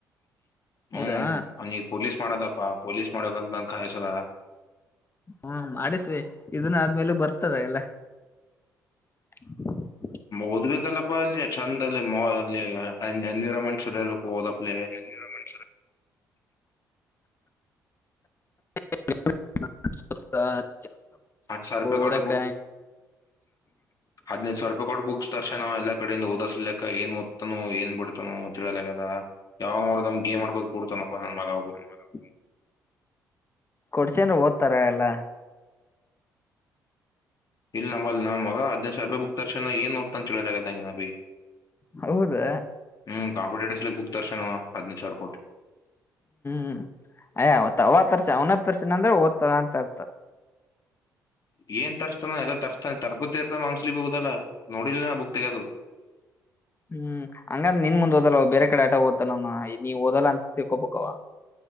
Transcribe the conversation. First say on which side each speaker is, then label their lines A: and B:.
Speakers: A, on the left; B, on the left.
A: ಹ್ಮ್
B: ಹೌದಾ
A: ಅವ ನೀಗ್ ಪೊಲೀಸ್ ಮಾಡದಪ್ಪ ಪೊಲೀಸ್ ಮಾಡಕಂತಂಗ ಕಾಯಸದ
B: ಹ್ಮ ಮಾಡಿಸಿ ಇದನ್ನ ಆದ್ಮೇಲೆ ಬರ್ತದ ಎಲ್ಲ <inaudible>
A: ಓದ್ಬೇಕಲ್ಲಪ್ಪ ಅಲ್ಲಿ ಚೆಂದ ಅಲ್ಲಿ ಮ ಅಲ್ಲಿ ಎನ್ವಿರಾನ್ಮೆಂಟ್ ಚಲೋ ಇರ್ಬೇಕು ಓದಪ್ಲೆ
B: ನಿರಮರ <inaudible> <unintelligible>
A: ಹತ್ತು ಸ ರೂಪೆ ಕಟ್ಟ
B: ಓದಕ್ಕ
A: ಬುಕ್ ಹದನ ಸಾವ ರೂಪೆ ಕಟ್ ಬುಕ್ಸ್ ದರ್ಶ ನ ಎಲ್ಲಾ ಕಡಿಂದ ಓದಿಸ್ಲ ಏ ಓದ್ತನು ಏನ್ ಬಿಡ್ತಾನ ತಿಳಲದ ಯಾವಾಗ ನೋಡಮ ಮಾಡ್ಕೋದು ಕುಡ್ತನಪ್ಪ ನನ್ ಮಗ
B: ೌ ಕೊಡ್ಸನ್ರು ಓದ್ತಾರ ಎಲ್ಲಾ
A: ಇಲ್ಲ ನಂಬಲ್ ನ ಮ ಹದಿನೈದು ಸಾವಿ ರೂಪಾಯಿ ಬುಕ್ ತರ್ಣ ಏನ್ ನೋ್ತ ಅಂತೇಳಿಲದಂಗ ನ ಅ ಬಿೀ
B: ಹೌದು
A: ಹ್ಮ್ ಕಾಂಪಟಟ್ಿಸಲಿ ಬುಕ್ತಾರಸ ನ ಅದನಿ ಚರ್ಕೋಟ್
B: ್ಮ್ ಅಯಾವತ ರ್ಶನ ಅಂದ್ರೆ ದ್ತನ ಅಂತ ಇರ್ತ
A: ಏನ್ ತರಿಸಸ್ತಾನೋ ಎಲ್ಲಾ ತರ್ಸ್ತಾನ ತರ್ ಇರ್ತಾನ ಅನ್ಸಲಿ ಬಿ ಹುದದಲ್ಲ ನೋಡಿಲಿಲ್ಲ ನ ಬುಕ್ ತೆಗೆಗೋದು
B: ಹ್ಮ್ ಹಂಗಂದ ನಿನ್ ಮುಂದ್ ಓದಲ್ಲ ಬೇರೆ ಕಡೆ ಆಟ ಓದತಾನನು ನೀವು ಓದಲ್ಲ ಅಂತ ತಿಕೋಬೇಕವ